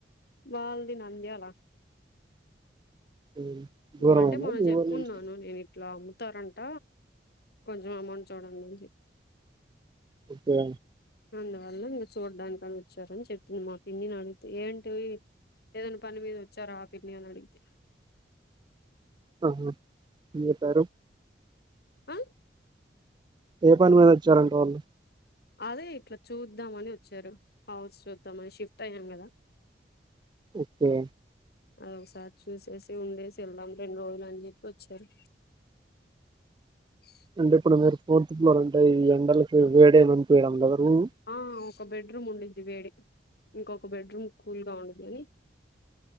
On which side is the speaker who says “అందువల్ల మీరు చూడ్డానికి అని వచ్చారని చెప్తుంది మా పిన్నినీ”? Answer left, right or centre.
Left